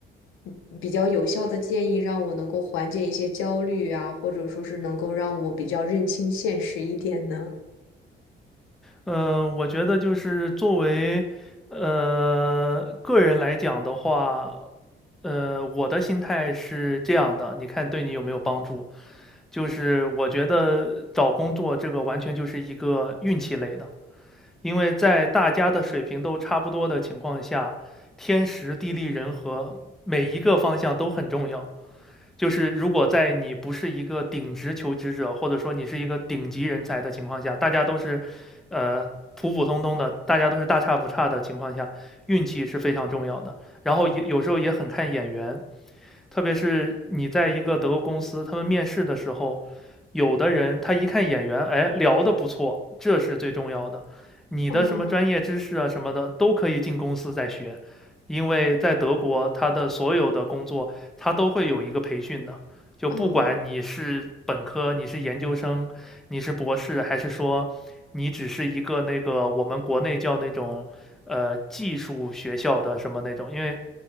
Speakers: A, on the left; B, in the centre.
A: 嗯比较有效的建议，让我能够缓解一些焦虑啊，或者说是能够让我比较认清现实一点呢？
B: 呃，我觉得就是作为呃个人来讲的话，呃，我的心态是这样的，你看对你有没有帮助？就是我觉得找工作这个完全就是一个运气类的，因为在大家的水平都差不多的情况下，天时地利人和每一个方向都很重要。就是如果在你不是一个顶职求职者，或者说你是一个顶级人才的情况下，大家都是，呃，普普通通的，大家都是大差不差的情况下，运气是非常重要的。然后也有时候也很看眼缘，特别是你在一个德国公司，他们面试的时候，有的人他一看眼缘，哎，聊得不错，这是最重要的。你的什么专业知识啊什么的都可以进公司再学，
A: 哦
B: 因为在德国，他的所有的工作他都会有一个培训的。就不管你是本科，
A: 哦。
B: 你是研究生，你是博士，还是说你只是一个那个我们国内叫那种呃技术学校的什么那种，因为